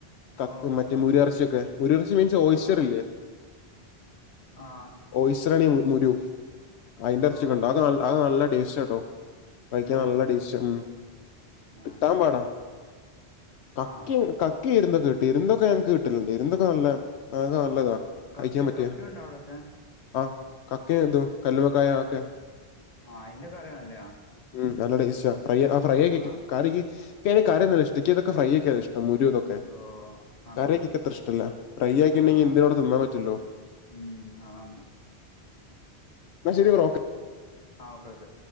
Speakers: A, on the left; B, on the left.
A: കക്ക്
B: ഓ ഹോ
A: മറ്റേ
B: ഹോ
A: മൂര്യർ
B: ഹോ
A: ച്യോക്കെ മൂര്യർച്ചി മീൻസ് ഓയ്ച്ചറില്ലേ
B: ആഹ് ആഹ് ആഹ്
A: ഓയ്സ്രണി മുരു അയ്ന്റെ ഇറച്ചിക്ക
B: ഓഹോ
A: ഉണ്ടോ അ അത് നല്ല ടേസ്റ്റ് ആട്ടോ കഴിക്കാൻ
B: ഏഹ്
A: നല്ല ടെസ്റ്റാ ഉം കിട്ടാൻ
B: ആഹ് ആഹ്
A: പാട. ആ
B: ആഹ്
A: ആകിം എരുന്ത് കിട്ടി എരുന്ത് ഞങ്ങക്ക് കിട്ടലുണ്ട് ഇരുന്തൊക്കെ നല്ല നല്ലതാ
B: കക്ക
A: കഴിക്കാൻ പറ്റിയ
B: കക്കുണ്ടോ ഉണ്ടോ അവിടോകെ
A: ആ കക്ക ഇതും കല്ലുമക്കായ ആത് ക്കെ.
B: ആ അയിന്റെ കറിയാണല്ലേ ആ
A: ഉം നല്ലടെ ടെസ്റ്റാ ഫ്രൈ ഫ്രൈ ആക്കി വെക്കും
B: ആ
A: കാറിക്ക്. എനിക്ക് അറിയില്ല ഇഷ്ടം ഫ്രൈ ആക്കിയാലണ് ഇഷ്ടം മരു ഇതൊക്കെ
B: ഓ ആന്നാന്ന്
A: കറി എനിക്ക് അത്ര ഇഷ്ടമല്ല. ഫ്രൈ ആക്കിണ്ടെങ്കിണ്
B: ആ
A: എന്തിനോട്
B: ആ.
A: തിന്നാൻ പറ്റുല്ലോ.
B: ഉം ആഹ്
A: എന്നാ ശരി
B: ആഹ്
A: ബ്രോ
B: ആ ഓക്കെ ഓക്കെ